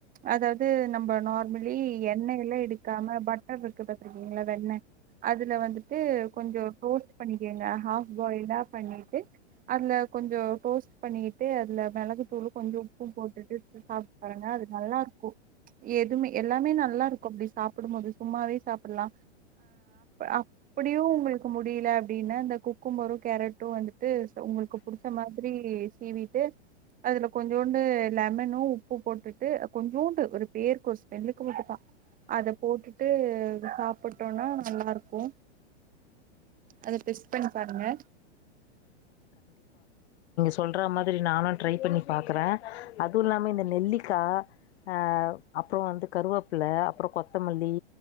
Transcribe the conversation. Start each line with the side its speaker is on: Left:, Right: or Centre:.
Right: அதாவது நம்ம நார்மலி எண்ணெய எல்லாம் எடுக்காம பட்டர் இருக்கு பாத்திருக்கீங்களா வெண்ணெய் அதுல வந்துட்டு கொஞ்சம் கோஸ்ட் பண்ணிக்கோங்க ஆப்பு பாய்ல பண்ணிட்டு அதுல கொஞ்சம் கோஸ்ட் பண்ணி ட்டு அதுல மிளகு தூளும் கொஞ்சம் உப்பும் போட்டுட்டு சாப்ட்டு பாருங்க அது நல்லா இருக்கும் எதுமே எல்லாமே நல்ல அப்படி சாப்டும்போது சும்மாவே சாப்டலா அப்படியு உங்களுக்கு முடியல அப்படின்னா அந் குக்கும்மரு கேரட்டு வந்துட்டு உங்களுக்கு புடிச்ச மாதிரி சிவி அதுல கொஞ்சோண்டு லெமனும் உப்பு போட்டுட்டு கொஞ்சோண்டு ஒரு பேருக்கு ஒரு ஸ்மெல்க்கு மட்டு தா அத போட்டுட்டு சாப்புட்டோனா நல்லா இருக்கு அத டெஸ்ட் பண்ணி பாருங்க
Left: சொல்ற மாதிரி நானும் ட்ரை பண்ணி பாக்குறே அதுவு இல்லாம இந்த நெல்லிக்காய அ அப்புறம் வந்து கருவேப்புல அப்புறம் கொத்தமல்லி